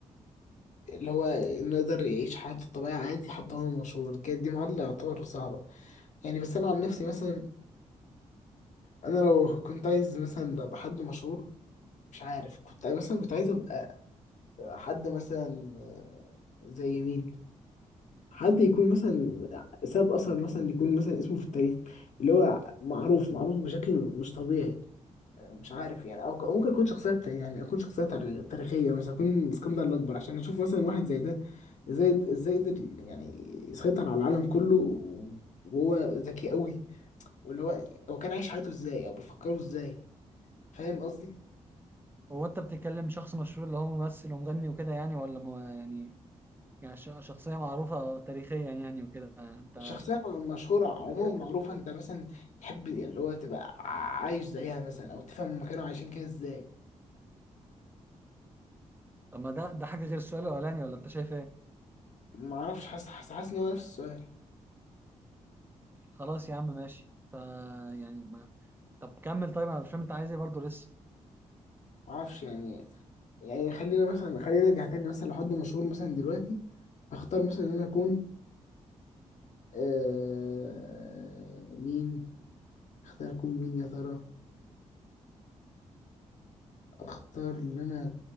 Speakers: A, on the left; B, on the right.
A: اللي هو انه يقدر يعيش حياته الطبيعية عادي حتى وهو مشهور كانت دي معادلة يعتبر صعبة يعني بس انا عن نفسي مثلا انا لو كنت عايز مثلا ابقى حد مشهور مش عارف كنت مثلا كنت عايز أبقى- حد مثلا آه، زي مين حد يكون مثلا ساب اثر مثلا يكون مثلا اسمه في التاريخ اللي هو معروف معروف بشكل مش طبيعي مش عارف يعني او أو ممكن يكون شخصيه تا- يعني اكون شخصيه تار- تاريخيه مثلا اكون اسكندر الاكبر عشان اشوف مثلا واحد زي ده ازاي ازاي قدر يعني يسيطر على العالم كله وهو ذكي قوي واللي هو هو كان عايش حياته ازاي او بيفكروا ازاي فاهم قصدي
B: هو انت بتتكلم شخص مشهور اللي هو ممثل ومغني وكده يعني ولا م... يعني يعني ش- شخصية معروفة تاريخيا يعني وكده انت
A: شخصية مشهورة عموما
B: غيرت الكلام.
A: معروفة انت مثلا تحب اللي هو تبقى عايش زيها مثلا او تفهم هما كانوا عايشين كده ازاي
B: طب ما ده ده حاجة غير السؤال الأولاني ولا انت شايف ايه؟
A: معرفش حاسس حاسس حاسس ان هو نفس السؤال
B: خلاص يا عم ماشي ف يعني ما طب كمل طيب انا مش فاهم انت عايز ايه برضه لسه
A: معرفش يعني يعني خلينا مثلا خلينا نرجع تاني مثلا لحد مشهور مثلا دلوقتي اختار مثلا ان انا اكون آه مين اختار اكون مين يا ترى اختار ان انا